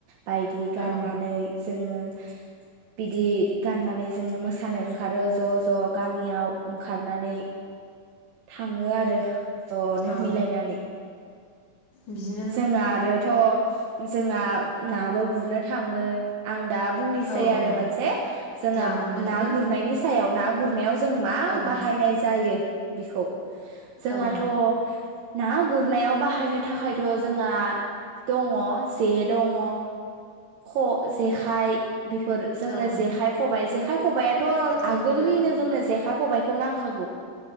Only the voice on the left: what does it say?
औ
औ
बिदिनो
औ
औ
ना गुरनायखौ
औ
औ
औ
जेखाइ
खबाइ